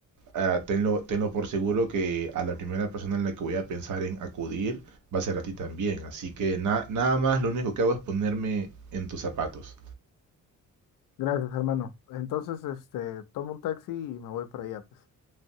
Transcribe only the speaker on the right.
ah, tenlo, tenlo por seguro que a la primera persona en la que voy a pensar en acudir va a ser a ti también. Así que na- nada más, lo único que hago es ponerme en tus zapatos.